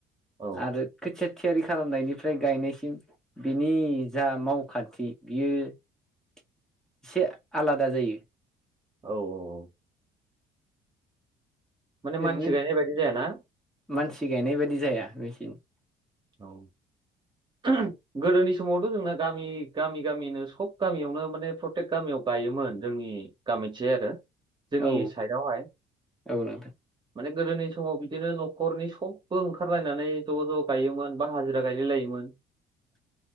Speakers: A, on the right; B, in the centre.
A: औ
B: आरो खोथिया थियारि खालामनायनिफ्राय गायनायसिम बिनि जा मावखान्थि बियो एसे आलादा जायो।
A: औ औ। माने
B: ओरैनो
A: मानसि गायनाय बायदि जायाना?
B: मानसि गायनाय बादि जाया। मेसिन
A: औ। <unintelligible> गोदोनि समावथ' जोंना गामि गामि गामिनो सब गामियावनो माने प्रटेक गामियाव गायोमोन जोंनि गामिथिजाय आरो जोंनि
B: औ
A: साइडआवहाय।
B: औ नोंथां।
A: माने गोदोनि समाव बिदिनो न'खरनि सबबो ओंखारलायनानै ज' ज' गायोमोन बा हाजिरा गायलायलायोमोन।
B: <inaudible>